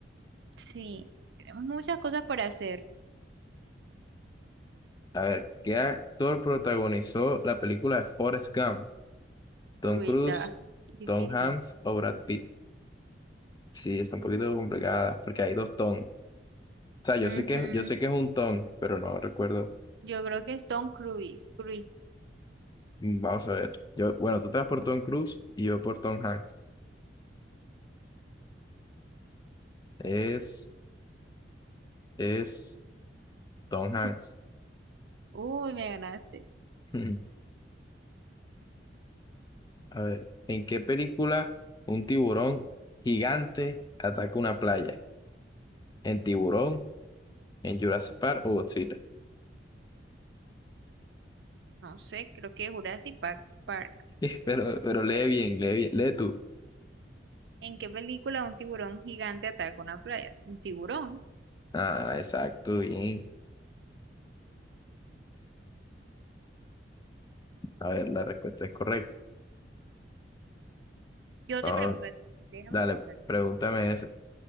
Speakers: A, on the right; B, on the left.
A: Sí, tenemos muchas cosas para hacer.
B: A ver, ¿qué actor protagonizó la película de Forrest Gump? ¿Tom
A: Uy,
B: Cruise,
A: está difícil.
B: Tom Hanks o Brad Pitt? Sí, está un poquito complicada porque hay dos Tom. O sea, yo
A: Ujú.
B: sé que, yo sé que es un Tom, pero no recuerdo.
A: Yo creo que es Tom Cruise. Cruise.
B: Mm, Vamos a ver. Yo, bueno, tú te vas por Tom Cruise y yo por Tom Hanks. Es, es Tom Hanks.
A: <laughs>
B: <laughs>
A: Uy, me ganaste.
B: Hmm. A ver, ¿en qué película un tiburón gigante ataca una playa? en Tiburón, en Jurassic Park o Godzilla.
A: No sé, creo que Jurassic Park. Park.
B: <laughs> Pero, pero lee bien, lee bien, lee tú.
A: ¿En qué película un tiburón gigante ataca una playa? ¿Un tiburón?
B: Ah, exacto, bien. A ver, la respuesta es correcta.
A: Yo
B: Vamos,
A: te pregunto, a ti, déjame
B: dale,
A: preguntarte.
B: pregúntame esa.